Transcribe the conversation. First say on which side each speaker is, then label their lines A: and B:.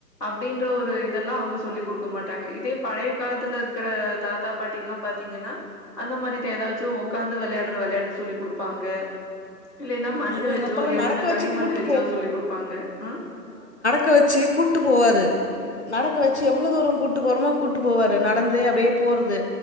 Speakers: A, on the left (about 80°); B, on the left (about 45°).
A: அப்டின்ற ஒரு இதெல்லா அவங்க சொல்லி் கொடுக்க மாட்டாங்க இதே பழைய காலத்துல இருக்குற தாத்தா பாட்டிக்குலா பாத்தீங்கன்னா அந்த மாரிதா ஏதாச்சு உக்காந்து வெளையாடுற வெளையாட்டு சொல்லி் கொடுப்பாங்க இல்லன்னா மண்ணு
B: ஐயோ
A: வச்சோ
B: எங்க அப்பாலாம்
A: இல்லன்னா
B: நடக்க
A: இந்த
B: வச்சு
A: களி மண்ணு
B: கூட்டு
A: வச்சோ சொல்லி் கொடுப்பாங்க அஹ்
B: க வச்சி கூட்டு போவாரு நடக்க வச்சி எவ்ளோ தூரோ‌ கூட்டு போறோமோ கூட்டு போவாரு நடந்தே அப்டியே போறது